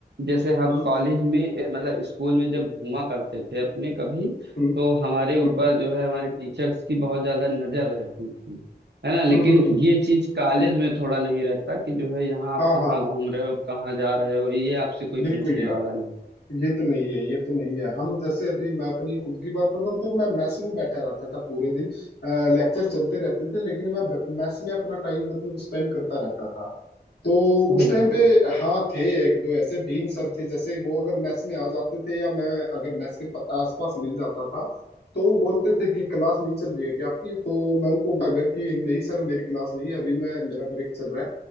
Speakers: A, on the right; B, on the left.
A: जैसे हम
B: हम्म
A: कॉलेज में ए, मतलब स्कूल में जब घूमा करते थे अपने कभी
B: हम्म
A: तो हमारे ऊपर
B: हम्म
A: जो है हमारे टीचर्स की बहुत ज्यादा नजर रहती थी है ना लेकिन
B: हम्म हम्म हम्म,
A: ये चीज कॉलेज में थोड़ा नहीं रहता कि जो है यहाँ आप
B: हाँ
A: कहाँ
B: हाँ हाँ
A: घूम रहे हो कहाँ जा रहे हो ये आपसे कोई
B: बिल्कुल
A: पूछने
B: यार
A: वाला नहीं
B: ये तो नहीं है ये तो नहीं है हम जैसे अभी मैं अपनी खुद की बात बताऊं तो मैं मेस में बैठा रहता था पूरे दिन लेक्चर चलते रहते थे लेकिन मैं मेस में अपना टाइम मतलब स्पेंड करता रहता था तो उस
A: बिल्कुल
B: टाइम पे हाँ थे एक दो ऐसे डीन सर थे जैसे वो अगर मैस में आ जाते थे या मैं अगर मैस के प- आसपास मिल जाता था तो वो बोलते थे कि क्लास नहीं चल रही है क्या आपकी तो मैं उनको अगर कि नहीं सर मेरी क्लास नहीं है अभी मैं मेरा ब्रेक चल रहा है